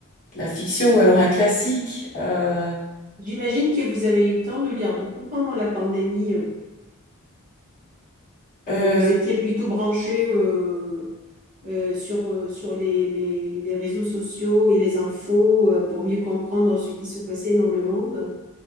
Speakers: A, on the left; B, on the right.
A: de la fiction ou alors un classique. Euh,
B: J'imagine que vous avez eu le temps de lire beaucoup pendant la pandémie, euh,
A: euh,
B: où vous étiez plutôt branché euh, euh, sur, euh, sur les, les, les réseaux sociaux et les infos euh, pour mieux comprendre ce qui se passait dans le monde.